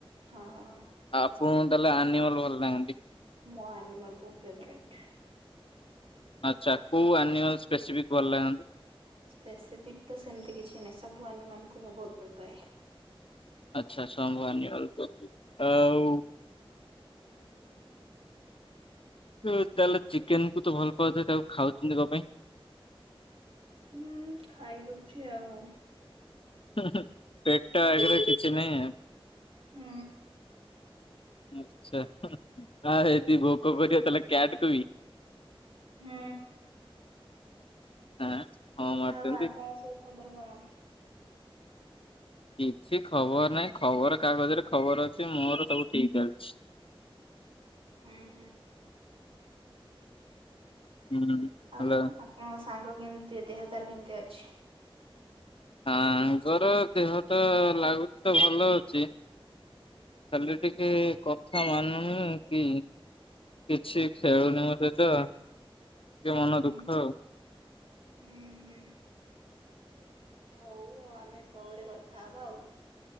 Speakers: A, on the right; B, on the left.
A: ହଁ ହଁ।
B: ଆପଣଙ୍କୁ ତାହେଲେ ଆନିମଲ ଭଲ ଲାଗନ୍ତି।
A: ମୋ ଆନିମଲ ବହୁତ ଫେବରେଟ୍।
B: ଆଚ୍ଛା କୋଉ ଆନିମଲ ସ୍ପେସିଫିକ୍ ଭଲ ଲାଗନ୍ତି?
A: ସ୍ପେସିଫିକ୍ ତ ସେମତି କିଛି ନାହିଁ ସବୁ ଆନିମାଲକୁ ମୁଁ ବହୁତ ଭଲ ପାାଏ।
B: ଆଚ୍ଛା ସମ୍ବୁ ଆନିମଲ କୁ ଆଉ ଉ ତାହେଲେ ଚିକେନ କୁ ତ ଭଲ ପାଉଥିବେ ତାକୁ ଖାଉଚନ୍ତି କଣ ପାଇଁ?
A: ହୁଁ ଖାଇ ଦଉଛି ଆଉ।
B: ହୁଁ ହୁଁ ପେଟ ଆଗରେ କିଛି ନାହିଁ ଆଉ।
A: ହୁଁ।
B: ଆଚ୍ଛା ହୁଁ ଆ ସେଇଟି ଭୋକ କରିବ ତାହେଲେ କ୍ୟାଟ କୁ ବି।
A: ହୁଁ।
B: ଆଁ ହଁ ମାରୁଚନ୍ତି।
A: ଆଉ ଆପଣ ସବୁ ଖବର କଣ?
B: କିଛି ଖବର ନାଇଁ ଖବର କାଗଜରେ ଖବର ଅଛି ମୋର ସବୁ ଠିକ୍ ଚାଲଛି।
A: ହୁଁ ହୁଁ।
B: ହୁଁ ହ୍ୟାଲୋ
A: ଆଉ ଆପଣଙ୍କ ସାଙ୍ଗ କେମତି ଦେହ ତାର କେମତି ଅଛି?
B: ସାଙ୍ଗର ଦେହ ତ ଲାଗୁଚି ତ ଭଲ ଅଛି। ଖାଲି ଟିକେ କ ଥା ମାନୁନି କି କିଛି ଖେଳୁନି ମୋ ସହିତ। ଟିକେ ମନ
A: ହୁଁ ହୁଁ
B: ଦୁଃଖ ଆଉ।
A: ହୁଁ ହୁଁ। ହଉ ଆଉ ଆମେ ପରେ କଥା ହବା ଆଉ।